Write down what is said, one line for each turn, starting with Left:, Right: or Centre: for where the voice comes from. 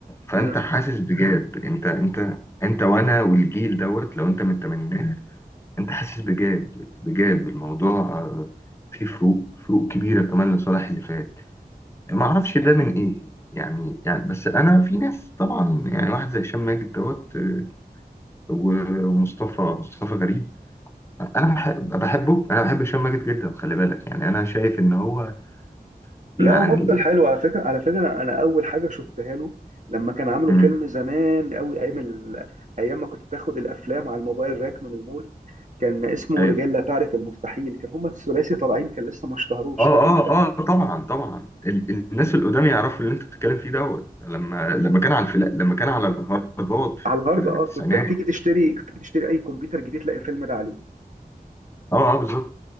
Left: فانت
Right: مم.
Left: حاسس بجاب انت انت انت وانا والجيل دوت لو انت من الثمانينات انت حاسس بجاب بجاب الموضوع آه، فيه فروق فروق كبيرة كمان لصالح اللي فات ما اعرفش ده من ايه يعني يعني بس انا في ناس طبعا يعني واحد زي هشام ماجد دوت آه، و- ومصطفى مصطفى غريب انا بحب بحبه انا بحب هشام ماجد جدا خلي بالك يعني انا شايف ان هو يعني
Right: لا هو ممثل حلو على فكره على فكره انا اول حاجه شفتها له لما كان عامله
Left: مم.
Right: فيلم زمان قوي ايام ال... ايام ما كنت بتاخد الافلام على الموبايل راك من المول كان اسمه
Left: ايوه
Right: رجال لا تعرف المستحيل كان هما الثلاثي طالعين كان لسه ما اشتهروش
Left: اه
Right: فاكر
Left: اه اه طبعا طبعا ال- الناس القدام يعرفوا اللي انت بتتكلم فيه دوت لما لما كان على الفلا لما كان على الهرجات في
Right: على الهارد
Left: في التسعينات
Right: اه كنت تيجي تشتري كنت تيجي تشتري اي كمبيوتر جديد تلاقي الفيلم ده عليه
Left: اه اه بالظبط